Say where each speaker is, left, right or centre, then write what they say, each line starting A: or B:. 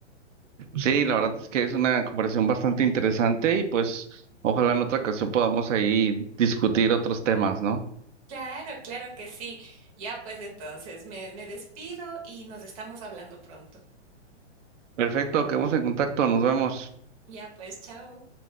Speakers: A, on the right; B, on the right.
A: Sí, la verdad es que es una comparación bastante interesante y pues ojalá en otra ocasión podamos ahí discutir otros temas, ¿no?
B: Claro, claro que sí. Ya pues entonces me, me despido y nos estamos hablando pronto.
A: Perfecto, quedamos en contacto, nos vemos.
B: Ya pues, chao.